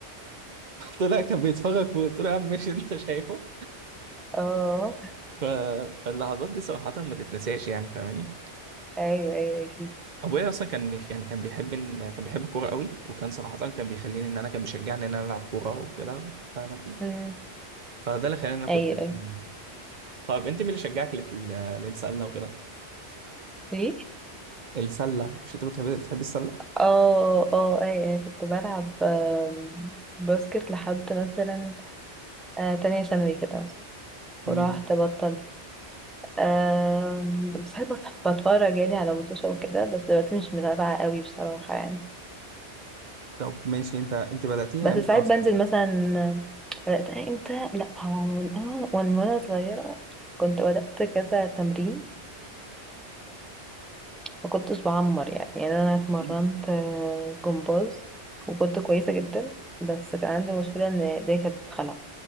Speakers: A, on the right; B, in the centre.
A: طلع كان بيتفرج فوق قلت له يا عم ماشي انت شايفه
B: اه
A: ف... فاللحظات دي صراحه ما تتنساش يعني فاهماني
B: ايوه ايوه ايوه، اكيد
A: ابويا اصلا كان بيخ- يعني كان بيحب ان كان بيحب الكوره قوي وكان صراحه كان بيخليني ان انا كان بيشجعني ان انا العب كوره وكده فاهم انت
B: مم.
A: فده اللي خلاني ان انا
B: ايوه
A: كنت مكمل.
B: ايوه
A: طيب انت مين اللي شجعك لل- للسله وكده
B: ايه
A: السله مش انت كنت بتحب بتحب السله
B: اه اه ايوه ايوه كنت بلعب آم، باسكت لحد مثلا آه تانية ثانوي كده مثلا
A: امم
B: ورحت بطلت آم، بس بحب أت- بتفرج يعني على ماتشات وكده بس دلوقتي مش متابعة قوي بصراحة يعني
A: طب ماشي انت انت بداتيها
B: بس
A: امتى
B: ساعات
A: اصلا
B: بنزل مثلا بدأت امتى لا هو من أول- من وانا صغيرة كنت بدأت كذا تمرين ما كنتش بعمر يعني يعني انا اتمرنت
A: مم.
B: آه، جمباز وكنت كويسه جدا بس كان عندي مشكله ان ايديا كانت بتتخلع